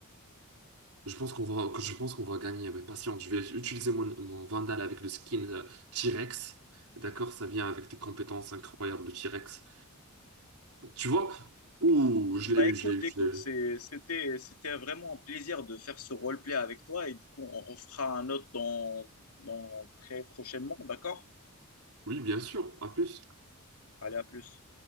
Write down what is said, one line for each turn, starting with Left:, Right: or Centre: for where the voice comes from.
Right: Je pense qu'on va, que je pense qu'on va gagner, mais patience, je vais utiliser mon, mon Vandal avec le skin euh, T-Rex. D'accord, ça vient avec des compétences incroyables de T-Rex. Tu vois? Ouh, je
Left: Bah
Right: l'ai eu,
Left: écoute,
Right: je l'ai eu,
Left: écoute,
Right: je l'ai
Left: c'est-
Right: eu.
Left: c'était, c'était vraiment un plaisir de faire ce roleplay avec toi et du coup, on refera un autre dans, dans très prochainement, d'accord?
Right: Oui, bien sûr, à plus.
Left: Allez, à plus.